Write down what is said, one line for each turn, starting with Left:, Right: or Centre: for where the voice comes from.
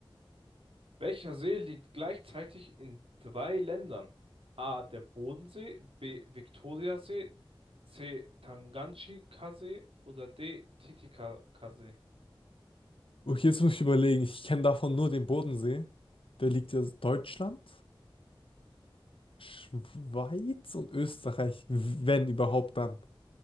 Right: Welcher See liegt gleichzeitig in drei Ländern? A. Der Bodensee, B. Viktoriasee, C. Tanganjikasee oder D. Titicacasee.
Left: Okay, jetzt muss ich überlegen. Ich kenne davon nur den Bodensee. Der liegt ja Deutschland, Schweiz und Österreich, wenn überhaupt dann.